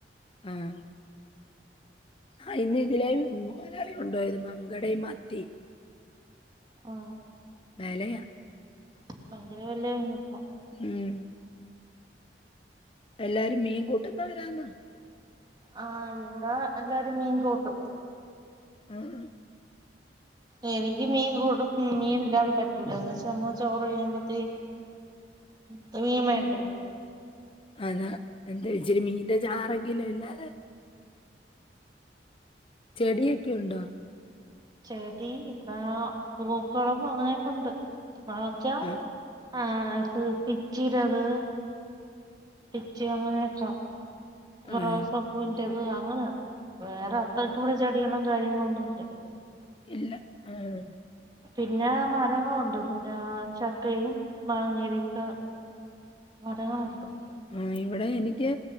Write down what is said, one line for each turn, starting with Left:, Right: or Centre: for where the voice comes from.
Left: ആഹ് ഹാ ഇന്നിതിലെ മൊയ്ലാളി കൊണ്ടോയത് മങ്കടേം മത്തിം.
Right: ഓ
Left: വെലയാ
Right: ഭൈങ്കര വെലയാണിപ്പം.
Left: ഉം എല്ലാരും മീൻ കൂ ട്ടുന്നവരാന്നോ?
Right: ആ ഇവ്ട എല്ലാരും മീൻ കൂട്ടും
Left: <unintelligible>
Right: എനിക്ക് മീൻ കൂട്ടും. മീനില്ലാതെ പറ്റൂലാന്നുവച്ചാ. നമ്മള് ചോറയിഞ്ഞമ്പത്തേനും ത്ത് മീൻ വേണ്ടേ.
Left: അതാ എന്തേച്ചിരി മീനിന്റെ ചാറെങ്കിലുയില്ലാതെ- ചെടിയൊക്കെയുണ്ടോ?
Right: ചെടീ ഇവിടാ പൂക്കള് അങ്ങനക്കെ ഉണ്ട്- <unintelligible>
Left: ആഹ്
Right: ആ പ്‌ പിച്ചീരവ്- പിച്ചി അങ്ങനെയക്ക- ഇപ്പ
Left: ആഹ്
Right: റോസാ പൂന്റെത്- പൂ അങ്ങന വേറെ അത്രക്കുവിട ചെടികളും കാര്യങ്ങളൊന്നും ഇല്ലേ-
Left: ഇല്ല ആഹ് -
Right: പിന്നാ മരങ്ങളൊണ്ട് പിന്നാ ചക്കയും മങ്ങേടക്കെ മരങ്ങളൊണ്ട്. -
Left: മ് ഇവിടെ എനിക്ക്